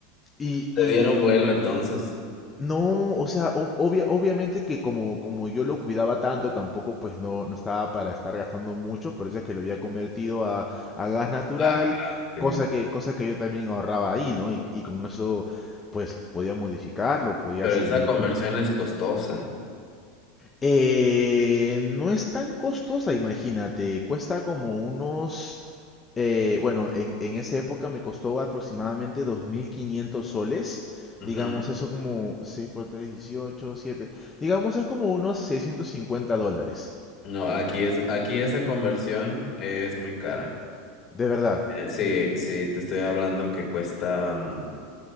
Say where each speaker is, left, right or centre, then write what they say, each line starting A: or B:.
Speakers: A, on the left; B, on the left.
A: Y,
B: Te
A: y,
B: dieron
A: y
B: vuelo entonces.
A: no, o sea, ob- obvia- obviamente que como, como yo lo cuidaba tanto, tampoco pues no, no estaba para estar gastando mucho, por eso es que lo había convertido a, a gas natural,
B: Ah, claro, sí.
A: cosa que, cosa que yo también ahorraba ahí, ¿no? Y, y con eso pues podía modificarlo, podía
B: Pero
A: seguir
B: esa conversión es costosa.
A: Eh, no es tan costosa, imagínate. Cuesta como unos... eh, bueno, en, en esa época me costó aproximadamente 2.500 soles.
B: Ujú.
A: Digamos, eso como 6 por 3 18 7, Digamos, es como unos 650 dólares.
B: No, aquí es, aquí esa conversión es muy cara.
A: De verdad.
B: Eh, Sí, sí, te estoy hablando que cuesta mm,